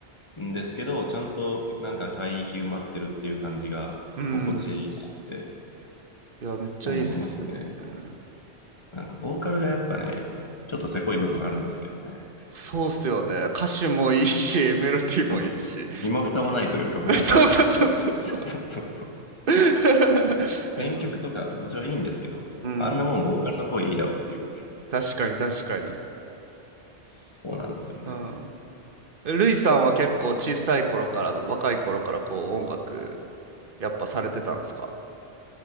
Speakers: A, on the left (about 25°); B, on the right (about 55°).
A: んですけど、ちゃんとなんか帯域埋まってるっていう感じが心地いいなって
B: うんいやめっちゃいいっすよね
A: 思いますね。なんか、ボーカルがやっぱね、ちょっとせこい部分あるんですけどね。
B: そうっすよね歌詞もいいしメロディーもいいし
A: うん身も蓋もないというか、ボーカルがせこいっていう。
B: <laughs> そうそうそうそうそ
A: <laughs> そうそうそう。
B: う <laughs>
A: 編曲とかもちろんいいんですけど、
B: いやうん
A: あんなもんボーカルの声いいだろうっていう。
B: 確かに確かに
A: そうなんですよね。
B: うんルイさんは結構小さい頃から、若い頃からこう音楽、やっぱされてたんですか